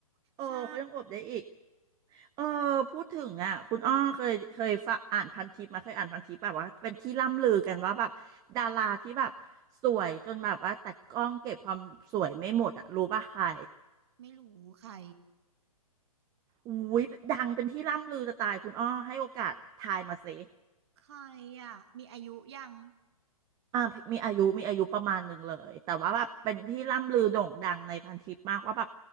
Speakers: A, on the right; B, on the right.
A: เออเขายังอวบได้อีก
B: ใช่
A: เออพูดถึงอ่ะคุณอ้อเคยเคยฝากอ่านพันทิปมาเคยอ่านพันทิปแบบว่าเป็นที่ล่ำลือกันว่าแบบดาราที่แบบสวยจนแบบว่าแต่กล้องเก็บความสวยไม่หมดอ่ะรู้ป่ะใคร
B: ไม่รู้ใคร
A: อุ้ยดังเป็นที่ล่ำลือจะตายคุณอ้อให้โอกาสทายมาสิ
B: ใครอ่ะมีอายุยัง
A: อ่ามีอายุมีอายุประมาณหนึ่งเลยแต่ว่าแบบเป็นที่ล่ำลือโด่งดังในพันทิปมากว่าแบบ